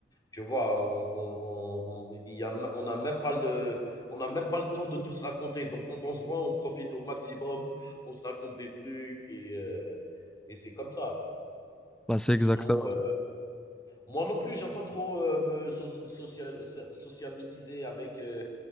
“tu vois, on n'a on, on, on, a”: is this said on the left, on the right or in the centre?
Left